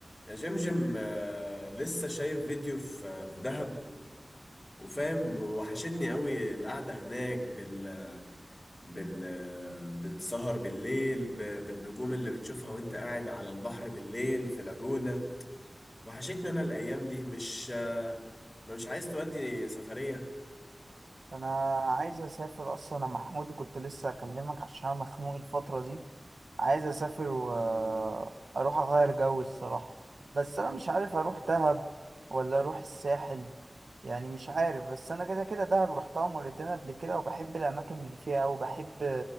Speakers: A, on the left; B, on the right.
A: يا جمجم آه، لسه شايف فيديو في في دهب وفاهم وحشتني قوي القعدة هناك بال بال بالسهر بالليل ب- بالنجوم اللي بتشوفها وانت قاعد على البحر بالليل في لاجونا وحشتني انا الايام دي مش آه، مش عايز تودي سفرية
B: انا عايز اسافر اصلا انا محمود كنت لسه اكلمك عشان انا مخنوق الفتره دي عايز اسافر واروح اغير جو الصراحة بس انا مش عارف اروح دهب ولا اروح الساحل يعني مش عارف بس انا كده كده دهب رحتها مرتين قبل كده وبحب الاماكن اللي فيها وبحب